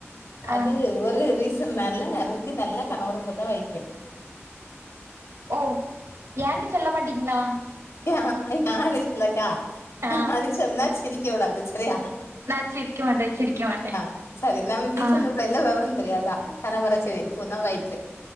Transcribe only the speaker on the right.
ஆ
ஓ யான்னு சொல்ல மாட்டீங்களா
ஆ
நா சிரிக்க மாட்டே சிரிக்க மாட்டே
ஆ